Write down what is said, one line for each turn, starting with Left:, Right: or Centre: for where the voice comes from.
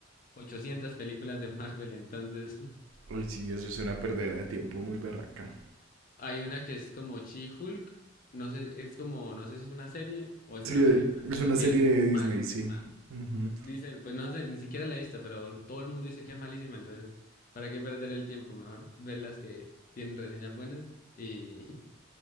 Left: 800 películas de Marvel, entonces
Right: Uy, sí, eso es una perdera de tiempo muy berraca.
Left: <laughs> hay una que es como She-Hulk, no sé, es como, no sé si es una serie o es
Right: Sí,
Left: una película,
Right: es
Left: pero
Right: una
Left: que
Right: serie
Left: es...
Right: de Disney,
Left: Malísima.
Right: sí. Ujú.
Left: Dicen, pues no sé, ni siquiera la he visto, pero todo el mundo dice que es malísima, entonces, ¿para qué perder el tiempo? Mejor ver las que tienen reseñas buenas y, <laughs>